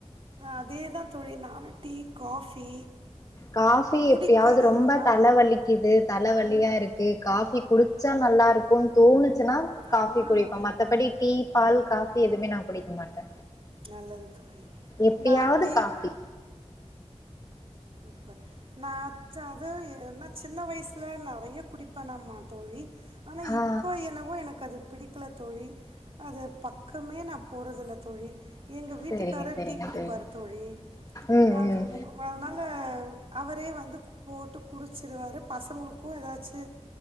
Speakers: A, on the right; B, on the left.
A: அதேதா தோழி நானு டீ காஃபி
B: காஃபீ
A: குடிக்காததுனால
B: எப்டியாவது ரொம்ப தல வலிக்குது தல வலியா இருக்கு காஃபீ குடுச்சா நல்லா இருக்குன்னு தோணுசுன்னா காஃபி
A: சொன்னால்
B: குடிப்போ மத்தபடி டீ பால் காஃபி எதுமே நா குடிக்க மாட்டே
A: நல்லது தோழி
B: எப்பயாவது
A: நான் டீ
B: காஃபி
A: பர் நா அச்சா அது என்ன சின்ன வயசுல நெறைய குடிப்பநாமா தோழி ஆனா
B: ஆ
A: இப்ப என்னவோ எனக் அது பிடிக்கல தோழி அது பக்கமே நா போறதில்ல தோழி எங்க வீட்டுக்காரு
B: சரிங்க சரிங்க
A: டீ குடிபாரு
B: சரிங்க
A: தோழி
B: ம்
A: அது
B: ம்
A: அதுனால அவரே வந்து போட்டு குடிச்சிருவாரு பசங்களுக்கு ஏதாச்சு